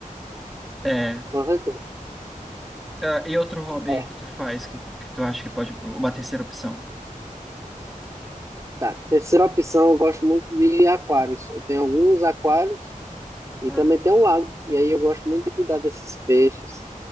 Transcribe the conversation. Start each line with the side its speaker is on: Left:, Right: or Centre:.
Centre: É,
Right: com certeza.
Centre: ah, e outro hobby
Right: É.
Centre: aí que tu faz, que, que tu acha que pode, uma terceira opção?
Right: Tá, terceira opção, eu gosto muito de aquários. Eu tenho alguns aquários e
Centre: Ah,
Right: também tem um lago. E aí eu gosto muito de cuidar desses peixes.